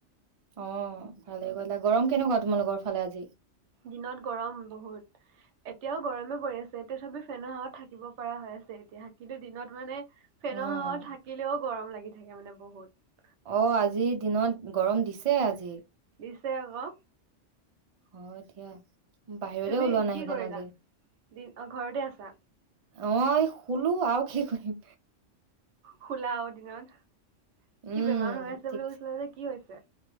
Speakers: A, on the right (about 50°); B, on the right (about 70°).
A: অ', ভালে গলা গৰম কেনেকুৱা তোমালোকৰ ফালে আজি
B: দিনত গৰম বহুত এতিয়াও গৰমে পৰি আছে তথাপি ফেনৰ হাৱাত থাকিব পৰা হৈ আছে এতিয়া কিন্তু দিনত মানে ফেনৰ
A: অ',
B: হাৱাত থাকিলেও গৰম লাগি থাকে মানে বহুত
A: অ', আজি দিনত গৰম দিছে আজি
B: দিছে আকো
A: অ', দিয়া বাহিৰতে
B: তুমি
A: ওলোৱা নাই
B: কি
A: সেইকাৰণে
B: কৰিলা
A: আজি
B: দিন অ ঘৰতে আছা
A: অ', শুলু আৰ কি কৰিম
B: শুলা অ দিনত
A: উম,
B: কি বেমাৰ হৈ আছে
A: ঠিক
B: বুলি কৈছিলে যে কি হৈছে